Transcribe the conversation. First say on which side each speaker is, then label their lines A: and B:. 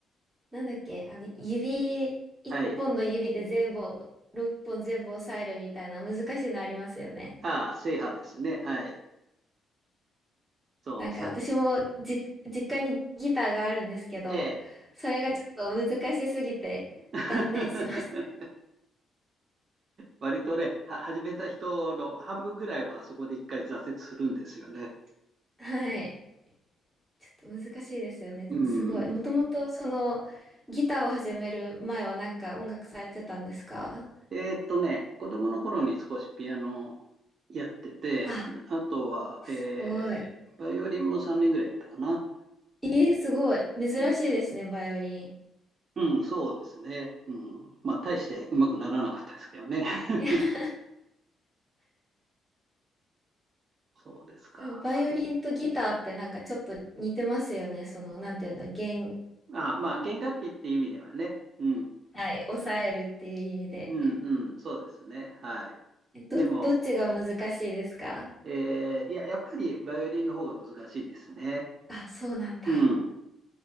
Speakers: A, in the centre; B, on the right.
A: なんだっけ、あの、指、一本の指で全部、
B: はい。
A: 六本全部押さえるみたいな難しいのありますよね。
B: ああ、制覇ですね。はい。そう。
A: なんか私もじ、
B: さ、
A: 実家にギターがあるんですけど、
B: ええ。
A: それがちょっと難しすぎて断念しまし
B: <laughs> 割とね、は、始めた人の半分ぐらいはそこで一回挫折するんですよね。
A: た。<laughs> はい。ちょっと難しいですよね。でもすごい。
B: うん。
A: もともとそのギターを始める前はなんか音楽されてたんですか
B: えーっとね、子供の頃に少しピアノやってて、
A: あ、
B: あとは、
A: すごい。
B: えー、バイオリンも3年ぐらいやったかな。
A: えー、すごい。珍しいですね、
B: うん、
A: バイオリン。
B: うん、そうですね。うん。まあ、大してうまくならなかったですけどね。<laughs>
A: いや、
B: そうですか。
A: でもバイオリンとギターってなんかちょっと似てますよね。その、なんていうんだ、弦、
B: あ、まあ、弦楽器っていう意味ではね。うん、
A: はい、抑えるっていう意味で。
B: うん、うん、そうですね。はい。
A: えど、
B: でも、
A: どっちが難しいですか
B: えー、いや、やっぱりバイオリンの方が難しいですね。
A: あ、そうなんだ。
B: うん。